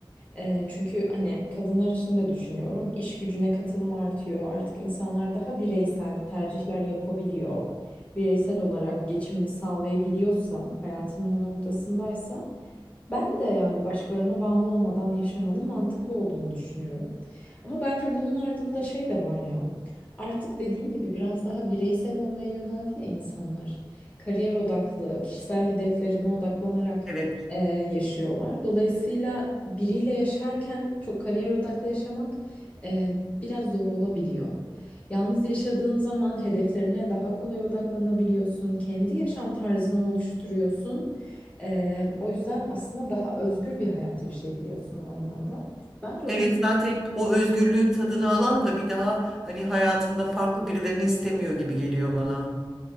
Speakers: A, on the left; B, in the centre.
A: Eee, çünkü hani kadınlar için de düşünüyorum. İş gücüne katılım artıyor. Artık insanlar daha bireysel tercihler yapabiliyor. Bireysel olarak geçimini sağlayabiliyorsa, hayatının o noktasındaysa ben de yani başkalarına bağımlı olmadan yaşamanın mantıklı olduğunu düşünüyorum. Ama bence bunun ardında şey de var ya. Artık dediğim gibi biraz daha bireysel olmaya yöneldi ya insanlar. Kariyer odaklı, kişisel hedeflerine odaklanarak
B: Evet.
A: e, yaşıyorlar. Dolayısıyla biriyle yaşarken çok kariyer odaklı yaşamak e, biraz zor olabiliyor. Yalnız yaşadığın zaman hedeflerine daha kolay odaklanabiliyorsun, kendi yaşam tarzını oluşturuyorsun. E, o yüzden aslında daha özgür bir hayat yaşayabiliyorsun o anlamda. Bence onun
B: Evet zaten o özgürlüğün tadını alan da bir daha hani hayatında farklı birilerini istemiyor gibi geliyor bana.